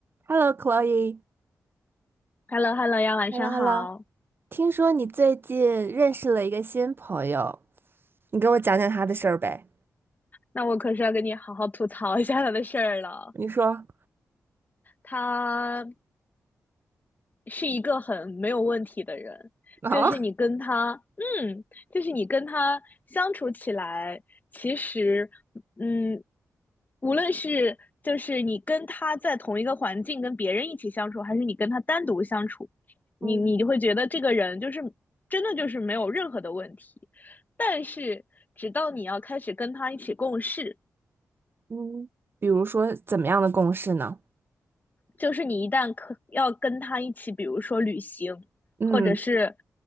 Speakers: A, on the right; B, on the left.
A: Hello，Chloe。
B: h e l l o h e l l o 呀，晚上好。
A: Hello，Hello。听说你最近认识了一个新朋友，你给我讲讲他的事儿呗。
B: 那我可是要跟你好好吐槽一下他的事儿了。
A: 你说
B: 他是一个很没有问题的人，
A: 啊，
B: 就是你跟他，嗯，就是你跟他相处起来，其实，嗯，无论是就是你跟他在同一个环境跟别人一起相处，还是你跟他单独相处，你你就会觉得这个人就是真的就是没有任何的问题，
A: 嗯
B: 但是直到你要开始跟他一起共事。
A: 嗯，比如说怎么样的共事呢？
B: 就是你一旦可要跟他一起，比如说旅行，
A: 嗯，
B: 或者是